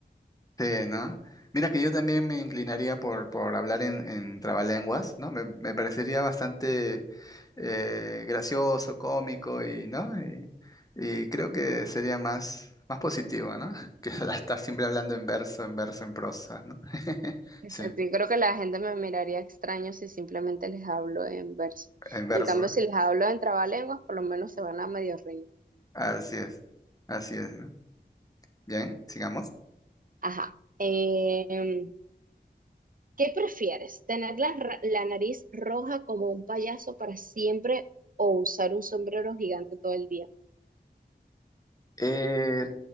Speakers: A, on the left; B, on the right.
A: Sí, ¿no? Mira que yo también me inclinaría por, por hablar en, en trabalenguas, ¿no? Me, me parecería bastante eh, gracioso, cómico y, ¿no? Y, y creo que sería más, más positivo, ¿no? <laughs> Que estar siempre hablando en verso, en verso, en prosa, ¿no? <laughs>
B: Exacto,
A: Sí,
B: y creo que la gente me miraría extraño si simplemente les hablo en verso.
A: en verso.
B: En cambio, si les hablo en trabalenguas, por lo menos se van a medio reír.
A: Así es, así es, ¿no? Bien, sigamos.
B: Ajá. Em, ¿Qué prefieres? ¿Tener la, ra- la nariz roja como un payaso para siempre o usar un sombrero gigante todo el día?
A: Eh,